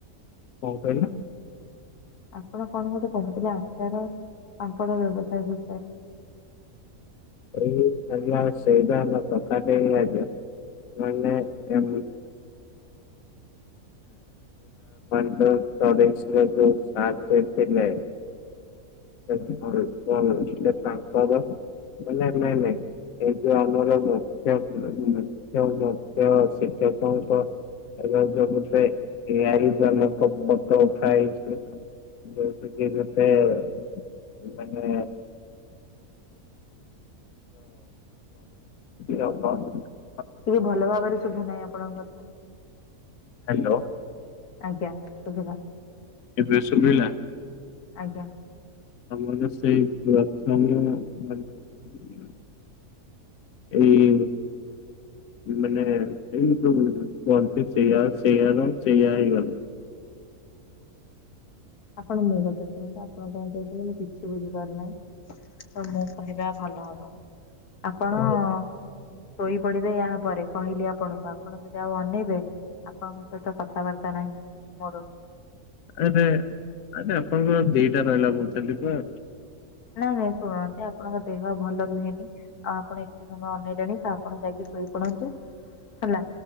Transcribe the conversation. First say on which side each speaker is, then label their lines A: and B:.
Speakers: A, on the left; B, on the left.
A: କଣ କହିଲ?
B: ଆପଣ କଣ ଗୋଟେ କହୁଥିଲେ ଆଚାର ପାମ୍ପଡ ବ୍ୟବସାୟ ବିଷୟରେ? <inaudible>
A: ସେଇ <unintelligible> ସେଇଟା ପ୍ରକାରଟଇ <unintelligible> ମାନେ ଏ। <unintelligible> <unintelligible>
B: <inaudible>
A: <unintelligible> ସେ ତାଙ୍କର <unintelligible> ନାଇଁ ନାଇଁ। ଏଇ ଯୋଉ ଆମର ମୁଖ୍ୟ ମୁଖ୍ୟ ମୁଖ୍ୟ ଶିକ୍ଷକଙ୍କ ଏବେ ଯବୁଗୋଟେ <unintelligible> ଜନକ ଫୋଟ ଉଠା ହେଇଛି। ଯଉ କି କେତେମାନେ ଉଁ <unintelligible>
B: ଟିକେ ଭଲ ଭାବରେ ଶୁଭୁ ନାହିଁ ଆପଣଙ୍କ କଥା।
A: ହ୍ୟାଲୋ।
B: ଆଜ୍ଞା ଶୁଭିଲା।
A: ଏବେ ସୁୁବିଲା।
B: ଆଜ୍ଞା।
A: ଆମର ସେଇ ପ୍ରଥମ ମାନେ
B: <inaudible>
A: ଏଇ ମାନେ ଏଇ ଯୋଉ କହନ୍ତି ସେଇଆ ସେୟା <unintelligible>
B: <inaudible> ଆପଣ ମୋ କଥା ଶୁଣନ୍ତୁ ଆପଣ କଣ କହୁଛନ୍ତି ମୁଁ କିଛି ବୁଝିପାରୁନାହିଁ ତ ମୁଁ କହିବା ଭଲ। ହବ ଆପଣ।
A: ଆଉ
B: ଶୋଇପଡିବେ ୟା ପରେ କହିଲି ଆପଣଙ୍କୁ ଆପଣ ଯଦି ଆଉ ଅନେଇବେ ଆପଣଙ୍କ ସହିତ କଥାବାର୍ତ୍ତା ନାହିଁ ମୋର
A: ଆରେ ଆରେ ଆପଣଙ୍କର ଦିଟା ରହିଲା କହୁଛନ୍ତି ପା
B: ନାଇଁ ନାଇଁ ଶୁଣନାହାନ୍ତି ଆପଣଙ୍କ ଦେହ ଭଲ ରୁହେନି, ଆଉ ଆପଣ ଏତେ ସମୟ ଅନେଇଲେଣି ତ ଆପଣ ଯାଇକି ଶୋଇପ ନ୍ତୁ ହେଲା।